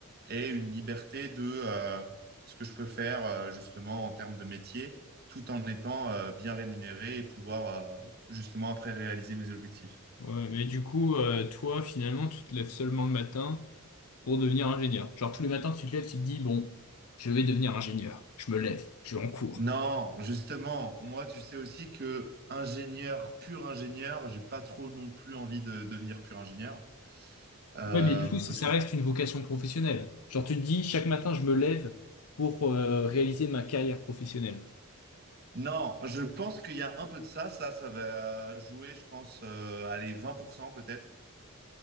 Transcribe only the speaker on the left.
Ouais, mais du coup, euh, toi, finalement, tu te lèves seulement le matin pour devenir ingénieur. Genre, tous les matins, tu te lèves, tu te dis, bon, je vais devenir ingénieur, je me lève, je vais en cours.
Ouais, mais du coup, c'est-
ça
reste une vocation professionnelle. Genre, tu te dis, chaque matin, je me lève pour euh, réaliser ma carrière professionnelle.